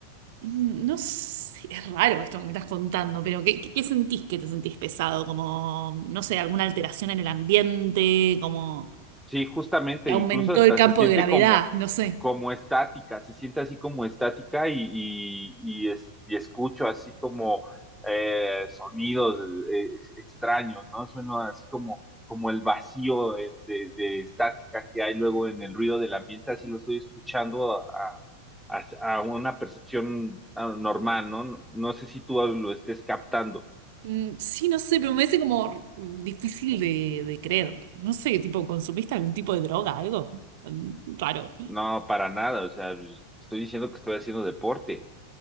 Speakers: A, on the right; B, in the centre.
A: Mm, No sé, es raro esto que me estás contando, pero ¿qué, qué, qué sentís que te sentís pesado? Como, no sé, alguna alteración en el ambiente, como
B: Sí, justamente,
A: que aumentó
B: incluso hasta
A: el campo
B: se siente
A: de gravedad,
B: como,
A: no sé.
B: como estática, se siente así como estática y, y, y es- y escucho así como eh, sonidos eh, extraños, ¿no? Suena así como, como el vacío de, de- de estática que hay luego en el ruido del ambiente, así lo estoy escuchando a, a- a una percepción ah, normal, ¿no? No sé si tú lo estés captando,
A: Mm, Sí, no sé, pero me parece como difícil de, de creer. No sé, tipo, ¿consumiste algún tipo de droga, algo? Mm, Raro.
B: no, para nada, o sea, estoy diciendo que estoy haciendo deporte.